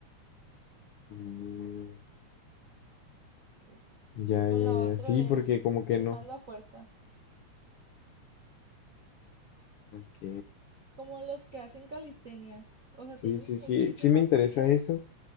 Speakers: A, on the left; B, on the right.
A: Mm,
B: sí, sí, sí.
A: ya,
B: Y con
A: ya,
B: la otra
A: ya. Sí,
B: es,
A: porque como
B: es
A: que no.
B: más la fuerza,
A: Ok.
B: como los que hacen calistenia, o sea,
A: Sí,
B: tienen
A: sí,
B: muchísima
A: sí, sí me interesa
B: fuerza
A: eso.